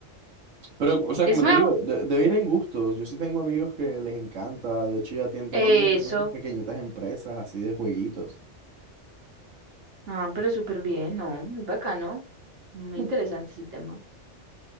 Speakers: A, on the right; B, on the right.
A: Pero, o sea,
B: Es
A: como
B: muy
A: te digo,
B: abu-
A: de- debe ir en gustos. Yo sí tengo amigos que les encanta. De hecho, ya tien- tengo
B: eso.
A: amigos que tienen sus pequeñitas empresas así de jueguitos.
B: Ah, pero súper bien, ¿no? Muy bacano. Muy
A: <laughs>
B: interesante ese tema.